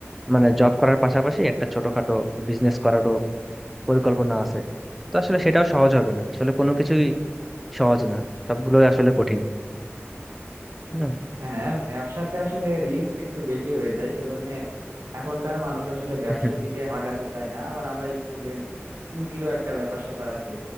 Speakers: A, in the centre; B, on the right.
A: মানে জব করার পাশাপাশি একটা ছোটখাটো বিজনেস করারও পরিকল্পনা আছে তো আসলে সেটাও সহজ হবে না আসলে কোনো কিছুই সহজ না সবগুলোই আসলে কঠিন না
B: হ্যাঁ ব্যবসাতে আসলে রিস্ক একটু বেশি হয়ে যায় সেজন্য এখনকার মানুষ আসলে ব্যবসার
A: <laughs>
B: দিকে আগাতে চায় না আবার আমরা স্টুডেন্ট পুঁজিরও একটা ব্যাপার স্যাপার আছে